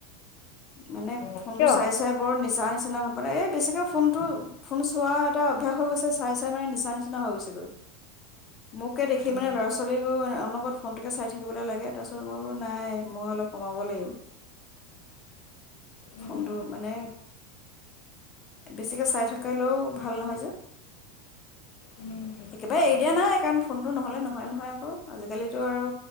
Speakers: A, on the left; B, on the left.
A: মানে
B: অ
A: ফোনটো
B: কিয়?
A: চাই চাই বৰ নিচা নিচিনা। মানে এই বেছিকৈ ফোনটো ফোন চোৱা এটা অভ্যাস হৈ গৈছে চাই চাই মানে নিচা নিচিনা হৈ গৈছেগৈ। মোকে দেখি
B: উম
A: মানে ল'ৰা ছোৱালীকো অনবৰত ফোনটোকে চাই থাকিবলৈ লাগে তাৰপিছত মই বোলো নাই মই অলপ কমাব লাগিব।
B: উম
A: ফোনটো মানে বেছিকে চাই থাকিলেও ভাল নহয় যে
B: উম
A: একেবাৰে
B: অ
A: এৰি দিয়া নাই কাৰণ ফোনটো নহ'লে নহয় নহয় আকৌ আজিকালিটো আৰু